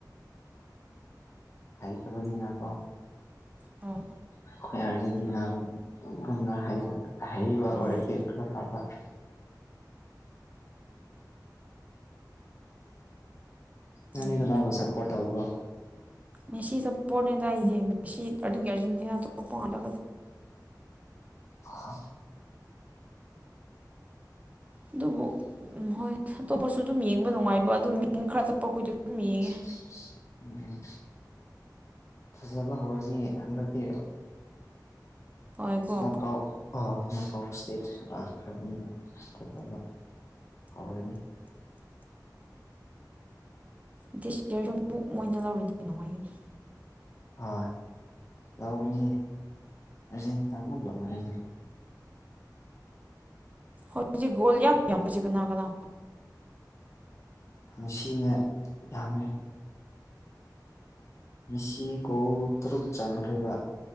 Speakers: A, on the left (about 40°); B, on the right (about 20°).
A: ꯍꯥꯏ ꯆꯕꯅꯤꯅꯀꯣ
B: ꯍ
A: ꯑꯩꯈꯣꯏ ꯑꯥꯔꯖꯦꯟꯇꯤꯅꯥꯒꯨꯝꯅꯕ ꯍꯩꯕ ꯑꯣꯏꯔꯗꯤ
B: ꯍꯣꯏ
A: ꯈꯔ ꯄꯕ <unintelligible> ꯅꯪꯅꯤꯗꯅꯥꯕꯨ
B: ꯑꯗꯨꯅꯤ
A: ꯁꯄꯣꯔꯠ ꯇꯕ꯭ꯔꯣ
B: ꯃꯦꯁꯤ ꯁꯄꯣꯅꯦꯗꯏ ꯃꯁꯤ ꯑꯄ ꯂ
A: ꯑꯥ
B: ꯑꯗꯨꯕꯨ ꯍꯣꯏ ꯑꯇꯣꯞꯄꯁꯨ ꯑꯗꯨꯝ ꯌꯦꯡꯕ ꯅꯨꯡꯉꯥꯏꯕ ꯑꯗꯨꯝ ꯃꯤ ꯈꯔ ꯆꯠꯄ ꯑꯩꯈꯣꯏꯗꯤ ꯑꯗꯨꯝ ꯌꯦꯡꯉꯦ
A: <unintelligible> ꯎꯝ ꯐꯖꯕ ꯍꯧꯔꯅꯤ ꯍꯟꯗꯛꯇꯤ
B: ꯍꯣꯏ ꯀꯣ
A: ꯅ ꯑ ꯅꯁꯇꯦ ꯂꯥꯛꯈ꯭ꯔꯕꯅꯤꯅ ꯐꯖꯕ ꯍꯧꯔꯅꯤ
B: ꯗꯤꯁꯄ꯭ꯂꯦꯗꯨ ꯑꯃꯨꯛ ꯃꯣꯏꯅ ꯂꯧꯔꯗꯤ ꯅꯨꯡꯉꯥꯏꯒꯅꯤ
A: ꯑ ꯌꯥꯎꯒꯅꯤ ꯑꯁ ꯇꯃ ꯂꯅꯤꯅ
B: ꯍꯖꯤ ꯣꯜꯖ ꯑꯝꯝꯕ ꯆ ꯀꯅꯥ ꯀꯅꯥ
A: ꯃꯁꯤꯅꯦ ꯌꯥꯝꯃꯦ ꯃꯤꯁꯤ ꯀꯣ ꯇꯔꯨꯛ ꯆꯥꯟꯈ꯭ꯔꯕ